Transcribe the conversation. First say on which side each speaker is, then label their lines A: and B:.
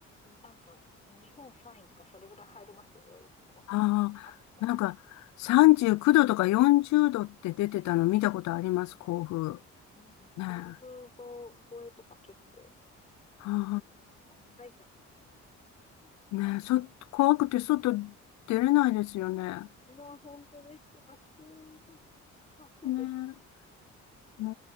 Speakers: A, on the left (about 20°); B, on the left (about 65°).
A: んなんか、日本3位とかそれぐらい入りますよ、いつも。
B: あ、
A: 暑さで。
B: なんか、39度とか40度って出てたの見たことあります、甲府。
A: うん、
B: ねえ。
A: 40度超えとか結構
B: ああ、
A: ありますね。まあ、埼玉暑いイメージですけ
B: ねえ、そ、怖くて外出れないですよね。
A: ど。まあ、本当です。暑い時、暑いです。
B: ねね、